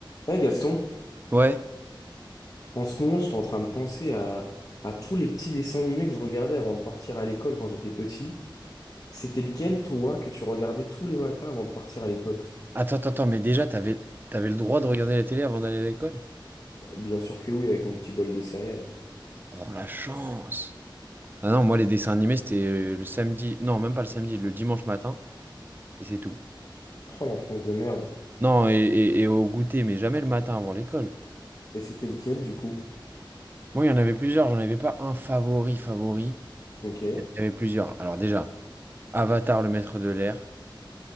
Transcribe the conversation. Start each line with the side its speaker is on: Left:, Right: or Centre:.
Left: Eh Gaston,
Right: Ouais.
Left: en ce moment, j'étais en train de penser à, à tous les petits dessins animés que je regardais avant de partir à l'école quand j'étais petit. C'était lequel, toi, que tu regardais tous les matins avant de partir à l'école?
Right: Attends, attends, attends, mais déjà, t'avais, t'avais le droit de regarder la télé avant d'aller à l'école?
Left: Bien sûr que oui, avec mon petit bol de céréales.
Right: Oh, la chance! Ah non, moi, les dessins animés, c'était euh, le samedi. Non, même pas le samedi, le dimanche matin, et c'est tout.
Left: Oh, l'enfance de merde.
Right: Non, et, et- et au goûter, mais jamais le matin avant l'école.
Left: Et c'était lequel, du coup?
Right: Moi, il y en avait plusieurs, j'en avais pas un favori, favori.
Left: Ok,
Right: Il y avait plusieurs. Alors, déjà, Avatar, le maître de l'air,